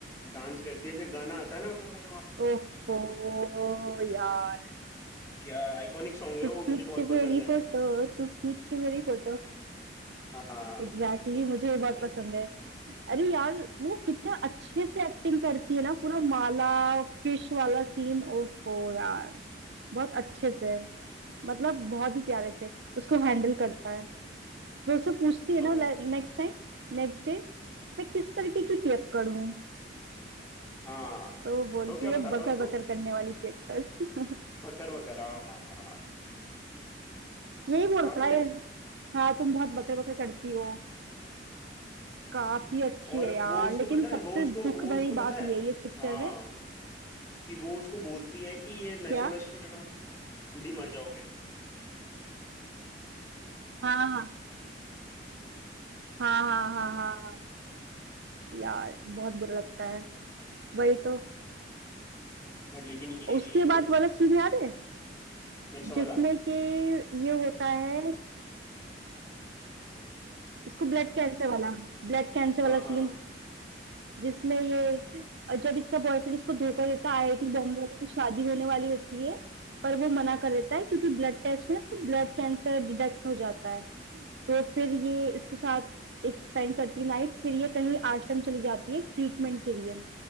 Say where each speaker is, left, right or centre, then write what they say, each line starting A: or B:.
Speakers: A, on the left; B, on the right.
A: डांस करती है फिर गाना आता है ना
B: ओहो यार
A: क्या आइकॉनिक सॉन्ग है
B: तू
A: वो
B: खींच
A: मुझे बहुत पसंद
B: मेरी
A: है
B: फोटो तू खींच मेरी फोटो
A: हाँ
B: एग्जैक्टली exactly, मुझे वो बहुत
A: क्या
B: पसंद है अरे यार वो कितना अच्छे से एक्टिंग करती है ना पूरा माला फिश वाला सीन ओफो यार बहुत अच्छे से मतलब बहुत ही प्यारे से उसको हैंडल करता है वो उससे पूछती है
A: हाँ
B: ना नेक्स्ट टाइम नेक्स्ट डे मैं किस तरीके की पियक्कड़ हूँ
A: हाँ
B: तो वो बोलती
A: तो क्या बताता
B: है बकर
A: उसको
B: बकर करने वाली पियक्कड़ <laughs>
A: बकर बकर हाँ
B: यही बोलता
A: काफी
B: है
A: अच्छ-
B: हाँ तुम बहुत बकर बकर करती हो काफी अच्छी
A: और
B: है यार
A: वो उसको
B: लेकिन
A: पता
B: सबसे
A: है वो उसको
B: दुख
A: वो उसको
B: भरी
A: पता
B: बात
A: है
B: यही है इस पिक्चर
A: हाँ
B: में
A: कि वो उसको बोलती है कि ये नशे
B: क्या
A: वशे में जल्दी मर जाओगे
B: हाँ हाँ हाँ हाँ हाँ हाँ यार बहुत बुरा लगता है वही तो
A: बट लेकिन ये
B: उसके
A: मर-
B: बाद वाला सीन याद है
A: कौन सा वाला
B: जिसमें कि ये होता है इसको ब्लड कैंसर वाला ब्लड कैंसर
A: हाँ
B: वाला
A: हाँ
B: सीन
A: हाँ
B: जिसमें ये जब इसका बॉयफ्रेंड इसको धोखा देता है आईआईटी बॉम्बे वाले से शादी होने वाली होती है पर वो मना कर देता है क्योंकि ब्लड टेस्ट में उसको ब्लड कैंसर डिटेक्ट हो जाता है तो फिर ये इसके साथ एक स्पेंड करती है नाइट फिर ये कहीं आश्रम चली जाती है ट्रीटमेंट के लिए